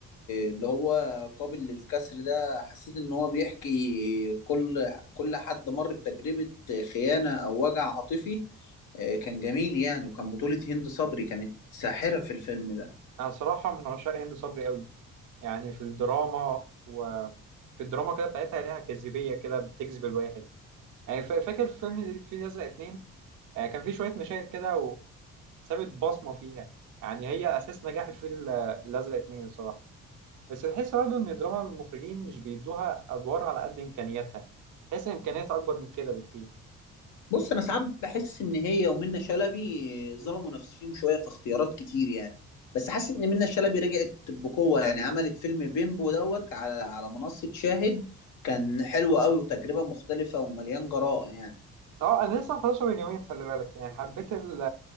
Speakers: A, on the left (about 80°); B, on the right (about 85°).
A: اللي هو قابل للكسر ده حسيت ان هو بيحكي كل كل حد مر بتجربة خيانة او وجع عاطفي آه، كان جميل يعني وكان بطولة هند صبري كانت ساحرة في الفيلم ده
B: أنا صراحة من عشاق هند صبري قوي يعني في الدراما وفي الدراما كده بتاعتها ليها جاذبية كده بتجذب الواحد يعني فا- فاكر فيلم الفيل الأزرق اتنين آه، كان في شوية مشاهد كده وسابت بصمة فيها يعني هي أساس نجاح الفيل ال- الأزرق اتنين الصراحة بس تحس برضه إن دراما المخرجين مش بيدوها أدوار على قد إمكانياتها تحس إن إمكانياتها أكبر من كده بكتير
A: بص انا ساعات بحس ان هي ومنى شلبي ظلموا نفسهم شويه في اختيارات كتير يعني بس حاسس ان منى شلبي رجعت بقوه يعني عملت فيلم بيمبو دوت على على منصه شاهد كان حلو قوي وتجربه مختلفه ومليان جراءه يعني
B: اه انا لسه مخلصه من يومين خلي بالك يعني حبيت ال